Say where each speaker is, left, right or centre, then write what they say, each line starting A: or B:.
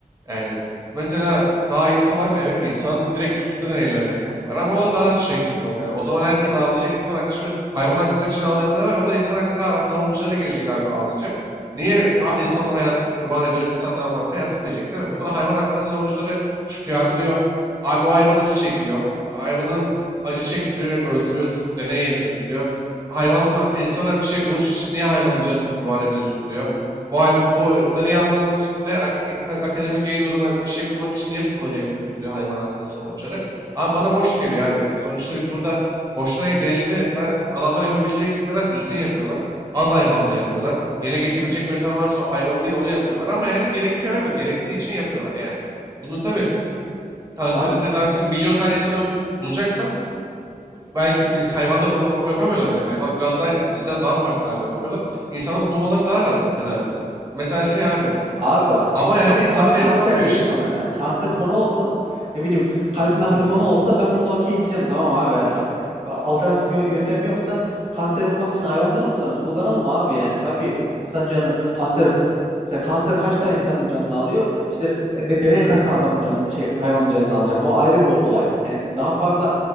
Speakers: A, on the right; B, on the right.
A: Yani mesela daha iyisi var. Evet insanın direkt üstünde deneyler yapmak var. Ama o da daha şey kötü oluyor abi. O zaman herkes ağlayacak. İnsan hakları şimdi hayvan hakları için ağlayanlar var. Onda insan hakları ha- savunucuları gelecek abi ağlayacak. Niye ha- insanın hayatını kurban ediyoruz? İnsan ne yaparsa yapsın diyecek değil mi? Bunlara hayvan hakları savunucuları çıkıyor abi diyor. Abi o hayvan acı çekiyor. Hayvanın acı çektirerek öldürüyorsun. Deney yapıyorsun diyor. Hayvanla insana bir şey buluş için niye hayvanın canını kurban ediyorsun diyor. Bu hayvan, bunları yanmanız için ne ak- ak- akademik yayın uğruna bir şey bulmak için niye bunları yapıyorsun diyor hayvan hakları savunucuları. Ama bana boş geliyor abi yani. Sonuçta biz burada boşuna genelde zaten adamlar yapabileceği kadar düzgün yapıyorlar. Az hayvanla yapıyorlar. Yine geçebilecek yöntem varsa o hayvanın değil onu yapıyorlar. Ama yani gerekiyor abi. Gerektiği için yapıyorlar yani. Bunu tabii kanseri
B: Abi
A: tedavisi milyon tane insan öldürüp bulacaksan belki ins- hayvanda bu bu- yapamıyorlar bile. Hayvan biraz daha bizden daha farklı abi yapamıyorlar. İnsanlarda bulmaları daha rahat tedavileri. Mesela şey abi
B: Abi bak
A: ama yani
B: ka-
A: insanlara
B: ka- kanser
A: yapılamıyor
B: değil
A: işte.
B: konu ya. Kanser konu olsa ne bileyim kalp nakli konu olsa ben buna okey diyeceğim tamam abi. Hani ka- e, alternatif yö- yöntem yoksa kanseri bulmak için hayvanları mı kullanırız? Kullanalım abi yani. Tabii insan canı kanser mesela kanser kaç tane insanın canını alıyor? İşte e, de- deney kaç tane adamın canı şey hayvanın canını alacak? O ayrı bir olay. Yani daha fazla